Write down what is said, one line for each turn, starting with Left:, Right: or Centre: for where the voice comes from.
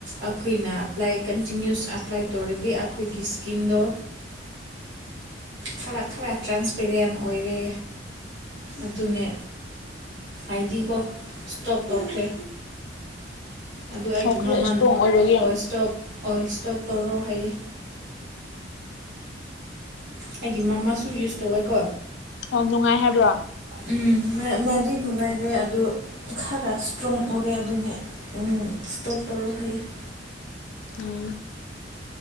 Right: ꯑꯩꯈꯣꯏꯅ ꯑꯦꯄ꯭ꯂꯥꯏ ꯀꯟꯇꯤꯅ꯭ꯌꯨꯁ ꯑꯦꯄ꯭ꯂꯥꯏ ꯇꯧꯔꯗꯤ ꯑꯩꯈꯣꯏꯒꯤ ꯏꯁꯀꯤꯟꯗ ꯈꯔ ꯈꯔꯥ ꯇ꯭ꯔꯥꯟꯁꯄꯦꯔꯦꯟ ꯑꯣꯏꯔꯦ ꯑꯗꯨꯅꯦ ꯑꯥꯏꯗꯤꯒꯣ ꯏꯁꯇꯣꯞ ꯇꯧꯈ꯭ꯔꯦ ꯑꯗꯨ ꯑꯩꯒꯤ
Left: ꯑꯣ ꯈꯔ
Right: ꯃꯃꯥꯟ
Left: ꯏꯁꯇ꯭ꯔꯣꯡ ꯑꯣꯏꯕꯒꯤ
Right: ꯍꯣꯏ ꯏꯁꯇꯣꯞ ꯍꯣꯏ ꯏꯁꯇꯣꯞ ꯇꯧꯔꯣ ꯍꯥꯏꯌꯦ ꯑꯩꯒꯤ ꯃꯃꯥꯁꯨ ꯌꯨꯁ ꯇꯧꯋꯦꯀꯣ
Left: ꯑꯣ ꯅꯨꯡꯉꯥꯏ ꯍꯥꯏꯕ꯭ꯔꯣ
Right: ꯎꯝ ꯃꯥꯗꯤ ꯅꯨꯡꯉꯥꯏꯔꯦ ꯑꯗꯨ ꯈꯔ ꯏꯁꯇ꯭ꯔꯣꯡ ꯑꯣꯏꯔꯦ ꯑꯗꯨꯅꯦ ꯏꯁꯇꯣꯞ ꯇꯧꯔꯣ ꯍꯌꯦ <unintelligible>
Left: ꯎꯝ